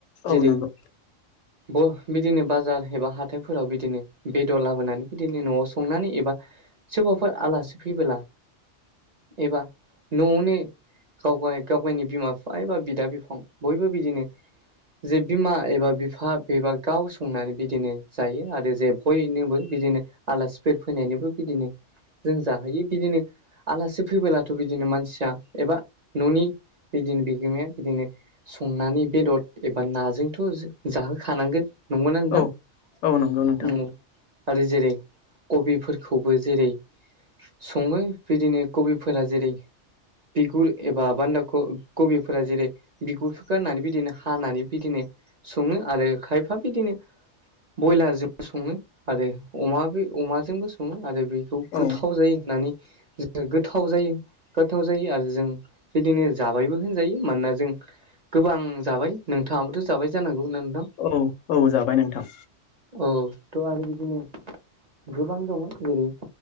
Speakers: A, on the right (about 45°); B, on the left (about 85°).
A: जेरै
B: औ नंगौ
A: ओ बिदिनो बाजार एबा हाथाइफोराव बिदिनो बेदर लाबोनानै बिदिनो न'आव संनानै एबा सोरबाफोर आलासि फैबोला एबा न'आवनो गाव गाव गावनि बिमा बिफा एबा बिदा बिफां बयबो बिदिनो जे बिमा एबा बिफा बेबा गाव संनानै बिदिनो जायो आरो जे बयनोबो बिदिनो आलासिफोर फैनायनिबो बिदिनो जों जाहोयो बिदिनो आलासि फैबोब्लाथ' बिदिनो मानसिया एबा न'नि बिदिनो बिगोमाया बिदिनो संनानै बेदर एबा नाजोंथ' जाहोखानांगोन नंगौना नोंथां
B: औ औ नंगौ नोंथां
A: ओम आरो जेरै कबिफोरखौबो जेरै सङो बिदिनो कबिफोरा जेरै बिगुर एबा बान्दा कबिफोरा जेरै बिगुरखौ गारनानै बिदिनो हानानै बिदिनो सङो आरो खायफा बिदिनो बयलारजोंबो सङो आरो अमा अमाजोंबो सङो आरो बे खौ
B: औ
A: गोथाव जायो होननानै गोथाव जायो गोथाव जायो आरो जों बिदिनो जाबायबो होनजायो मानोना जों गोबां जाबाय नोंथाङाबोथ' जाबाय जानांगौ ना नोंथां
B: औ औ जाबाय नोंथां
A: औ थ' आरो बिदिनो गोबां दङ जेरै